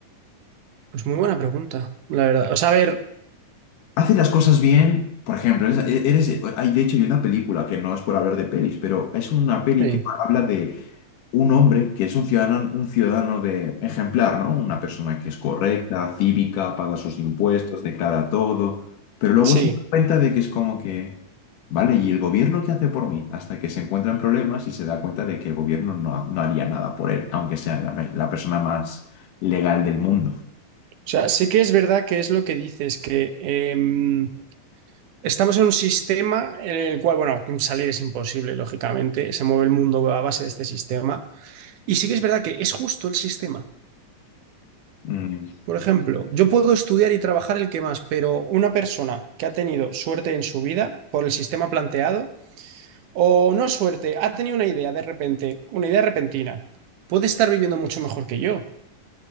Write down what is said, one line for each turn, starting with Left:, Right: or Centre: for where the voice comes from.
Right: Pues muy buena pregunta, la verdad. O sea, a ver,
Left: hace las cosas bien. Por ejemplo, eres, eres- hay, de hecho, hay una película que no es por hablar de pelis, pero es una peli
Right: sí,
Left: que habla de un hombre que es un ciudadano, un ciudadano de ejemplar, ¿no? Una persona que es correcta, cívica, paga sus impuestos, declara todo, pero luego
Right: sí.
Left: se da cuenta de que es como que, vale, ¿y el gobierno qué hace por mí? Hasta que se encuentran problemas y se da cuenta de que el gobierno no, no haría nada por él, aunque sea la la persona más legal del mundo.
Right: O sea, sí que es verdad que es lo que dices, que em, estamos en un sistema en el cual, bueno, salir es imposible, lógicamente, se mueve el mundo a base de este sistema. Y sí que es verdad que es justo el sistema.
Left: Mm,
Right: Por ejemplo, yo puedo estudiar y trabajar el que más, pero una persona que ha tenido suerte en su vida por el sistema planteado, o no suerte, ha tenido una idea de repente, una idea repentina, puede estar viviendo mucho mejor que yo.